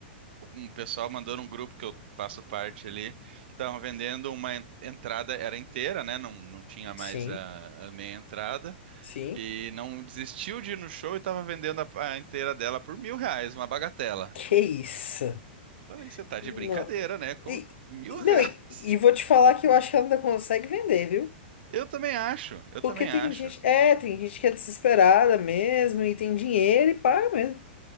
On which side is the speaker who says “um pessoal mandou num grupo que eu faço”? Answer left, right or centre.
Right